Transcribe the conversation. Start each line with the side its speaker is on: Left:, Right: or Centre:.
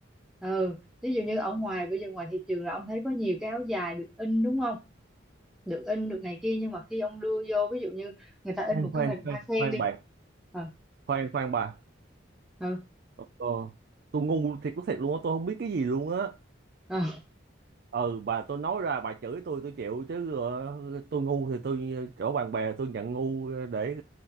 Centre: ừ ví dụ như ở ngoài bây giờ ngoài thị trường là ông thấy có nhiều cái áo dài được in đúng không được in được này kia nhưng mà khi ông đưa vô ví dụ như người ta in
Right: Khoan
Centre: một
Right: khoan
Centre: cái hình
Right: khoan
Centre: hoa sen
Right: khoan
Centre: đi
Right: bạn,
Centre: ờ
Right: khoan khoan bà.
Centre: ờ
Right: Ờ, ờ, tôi ngu thiệt lúc thiệt luôn á, tôi không biết cái gì luôn á.
Centre: ờ
Right: Ừ, bà tôi nói ra bà chửi tôi tôi chịu chứ ờ, tôi ngu thì tôi ờ, chỗ bạn bè tôi nhận ngu để